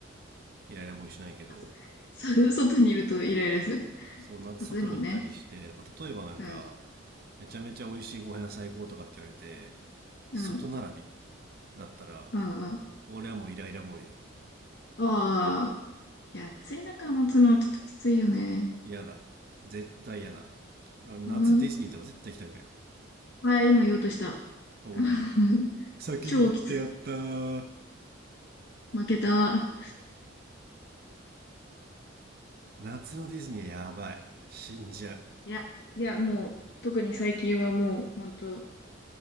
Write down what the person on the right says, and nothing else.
イライラボーイしないけど、
そう、夏外にいたりして、
まあ、例えばなんか、
めちゃめちゃ美味しいご飯屋さん行こうとかって言われて、
外並びだったら、
俺はもうイライラボーイよ。
嫌だ。絶対嫌だ。だから夏ディズニーとか絶対行きたくない。
おお、
先に行ってやったー。
夏のディズニーはやばい。死んじゃう。